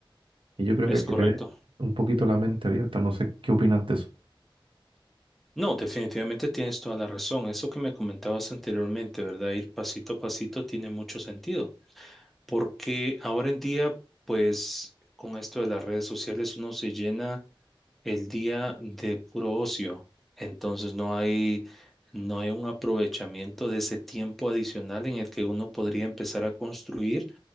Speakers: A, on the right; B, in the centre.
A: Y yo creo
B: es
A: que hay que
B: correcto.
A: tener un poquito la mente abierta, no sé qué opinas de eso.
B: No, definitivamente tienes toda la razón. Eso que me comentabas anteriormente, ¿verdad? Ir pasito a pasito tiene mucho sentido, porque ahora en día, pues con esto de las redes sociales, uno se llena el día de puro ocio. Entonces no hay, no hay un aprovechamiento de ese tiempo adicional en el que uno podría empezar a construir.